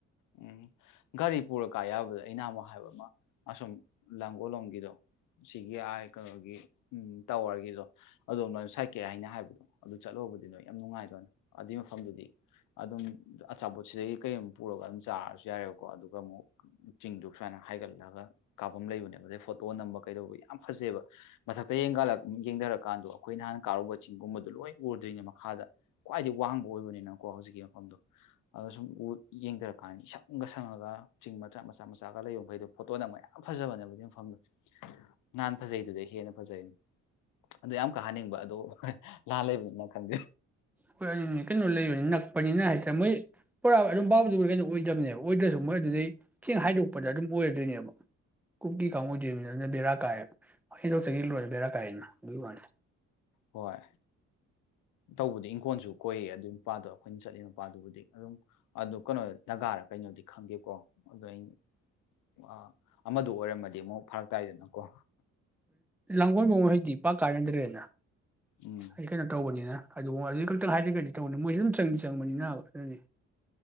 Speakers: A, on the left (about 85°); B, in the centre.
A: ꯎꯝ ꯒꯥꯔꯤ ꯄꯨꯔꯀꯥ ꯌꯥꯕꯗ ꯑꯩꯅ ꯑꯃꯨꯛ ꯍꯥꯏꯕ ꯑꯃ ꯑꯁꯨꯝ ꯂꯥꯡꯒꯣꯜꯂꯣꯝꯒꯤꯗꯣ ꯁꯤꯒꯤ ꯀꯩꯅꯣꯒꯤ ꯎꯝ ꯇꯥꯋꯔꯒꯤꯗꯣ ꯑꯗꯣꯝ ꯂ ꯁꯥꯏꯀꯦ ꯍꯥꯏꯅ ꯍꯥꯏꯕꯗꯣ ꯑꯗꯨ ꯆꯠꯂꯨꯕꯗꯤꯅ ꯌꯥꯝ ꯅꯨꯡꯉꯥꯏꯗꯣꯏꯅꯦ ꯑꯗꯨꯏ ꯃꯐꯝꯗꯨꯗꯤ ꯑꯗꯨꯝ ꯑꯆꯥꯄꯣꯠꯁꯤꯗꯒꯤ ꯀꯔꯤꯝ ꯄꯨꯔꯒ ꯑꯗꯨꯝ ꯆꯥꯔꯁꯨ ꯌꯥꯔꯦꯕꯀꯣ ꯑꯗꯨꯒ ꯑꯃꯨꯛ ꯆꯤꯡꯗꯣ ꯁꯨꯃꯥꯏꯅ ꯍꯥꯏꯒꯠꯂꯒ ꯀꯥꯞꯐꯝ ꯂꯩꯕꯅꯦꯕ ꯑꯗꯩ ꯐꯣꯇꯣ ꯅꯝꯕ ꯀꯩꯗꯧꯕ ꯌꯥꯝ ꯐꯖꯩꯕ ꯃꯊꯛꯇ ꯌꯦꯡꯊꯔꯀꯥꯟꯗꯣ ꯑꯩꯈꯣꯏ ꯅꯍꯥꯟ ꯀꯥꯔꯨꯕ ꯆꯤꯡꯒꯨꯝꯕꯗꯣ ꯂꯣꯏ ꯎꯔꯗꯣꯏꯅꯦ ꯃꯈꯥꯗ ꯈ꯭ꯋꯥꯏꯗꯒꯤ ꯋꯥꯡꯕ ꯑꯣꯏꯕꯅꯤꯅꯀꯣ ꯍꯧꯖꯤꯛꯀꯤ ꯃꯐꯝꯗꯣ ꯑꯗꯨꯗꯣ ꯁꯨꯝꯡꯊꯔꯛꯄ ꯀꯥꯏꯅ ꯏꯁꯪꯒ ꯁꯪꯉꯒ ꯆꯤꯡ ꯃꯆꯥ ꯃꯆꯥ ꯃꯆꯥꯒ ꯂꯩꯕ ꯃꯈꯩꯗꯣ ꯐꯣꯇꯣꯅ ꯃꯌꯥꯝ ꯐꯖꯕꯅꯦꯕ ꯁꯤ ꯃꯐꯝꯗꯣ ꯅꯍꯥꯟ ꯐꯖꯩꯗꯨꯗꯩ ꯍꯦꯟꯅ ꯐꯖꯩ ꯑꯗꯨ ꯌꯥꯝ ꯀꯥꯍꯟꯅꯤꯡꯕ ꯑꯗꯣ ꯂ ꯂꯩꯕꯟꯅ ꯀꯪ
B: ꯍꯣꯏ ꯑꯗꯨꯅꯦ ꯀꯩꯅꯣ ꯂꯩꯕꯅꯤ ꯅꯛꯄꯅꯤꯅ ꯍꯥꯏꯇꯥꯔꯦ ꯃꯣꯏ ꯄꯨ ꯔꯝꯕ ꯑꯣꯏꯗꯕꯅꯦꯕ ꯑꯣꯏꯗ꯭ꯔꯁꯨ ꯃꯣꯏ ꯑꯗꯨꯗꯩ ꯈꯤꯦꯡ ꯍꯥꯏꯗꯣꯛꯄꯗ ꯑꯗꯨꯝ ꯑꯣꯏꯔꯗꯣꯏꯅꯦꯕ ꯀꯨꯞꯀꯤ ꯀꯥꯡꯥ ꯑꯣꯏꯗꯣꯏꯅꯤ ꯑꯗꯨꯅ ꯕꯦꯔꯥ ꯀꯥꯏꯔ ꯍꯦꯟꯗꯣꯛꯇꯒꯤ ꯂꯣꯏꯔꯦ ꯕꯦꯔꯥ ꯀꯥꯏꯅ ꯑꯗꯨꯒꯤ ꯋꯥꯗ
A: ꯍꯣꯏ ꯇꯧꯕꯗꯤ ꯏꯪꯈꯣꯜꯁꯨ ꯀꯣꯏꯌꯦ ꯑꯗꯨꯒꯤ ꯃꯄꯥꯗꯣ ꯑꯩꯈꯣꯏꯅ ꯆꯠꯂꯤ ꯃꯄꯥꯗꯨꯕꯨꯗꯤ ꯑꯗꯨꯝ ꯑꯗꯨ ꯀꯩꯅꯣ ꯅꯥꯒꯥꯔ ꯀꯩꯅꯣꯗꯤ ꯈꯪꯒꯦꯀꯣ ꯑꯗꯣ ꯑꯩꯅ ꯑꯃꯗ ꯑꯣꯏꯔꯝꯃꯗꯤ ꯑꯃꯨꯛ ꯐꯔꯛ ꯇꯥꯏꯗꯅꯀꯣ
B: ꯂꯥꯡꯒꯣꯏ ꯃ ꯍꯩꯛꯇꯤ ꯄꯥꯛ ꯀꯥꯏꯅꯗ꯭ꯔꯦꯅ
A: ꯎꯝ
B: ꯑꯩ ꯀꯩꯅꯣ ꯇꯧꯕꯅꯤꯅ ꯑꯗꯨ ꯑꯗꯨꯒꯤ ꯈꯛꯇꯪ ꯍꯥꯏꯔꯒꯗꯤ ꯇꯧꯕꯅꯤ ꯃꯣꯏꯁꯨ ꯑꯗꯨꯝ ꯆꯪꯗꯤ ꯆꯪꯕꯅꯤꯅꯕ ꯑꯗꯨꯅꯤ